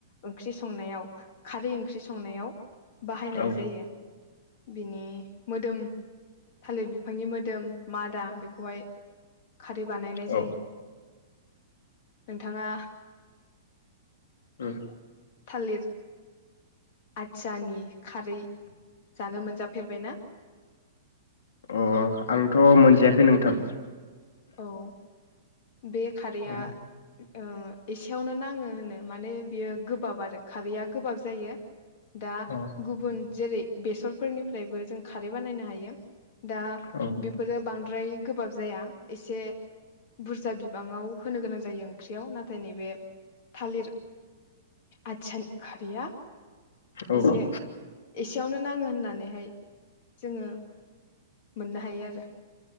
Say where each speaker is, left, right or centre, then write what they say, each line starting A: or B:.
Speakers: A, on the left (about 40°); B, on the left (about 85°).
A: ओंख्रि संनायाव खारै ओंख्रि संनायाव बाहायनाय
B: औ
A: जायो बिनि मोदोम थालिर बिफांनि मोदोम मा दा बेखौहाय खारै बानायनाय
B: औ
A: जायो। नोंथाङा
B: ओम
A: थालिर आथियानि खारै जानो मोनजाफेरबायना
B: अ आंथ' मोनजायाखै नोंथां
A: औ बे खारैया
B: अ
A: ओ एसेयावनो नाङो होनो माने बियो गोबाब आरो खारैया गोबाब जायो। दा
B: औ
A: गुबुन जेरै बेसरफोरनिफ्रायबो जों खारै बानायनो हायो। दा
B: औ
A: बेफोरो बांद्राय गोबाब जाया। एसे बुरजा बिबाङाव होनो गोनां जायो ओंख्रियाव नाथाय नैबे थालिर आसानखारिया
B: उम
A: एसे एसे खाथियावनो नाङो होननानैहाय जोङो मोननो हायो आरो।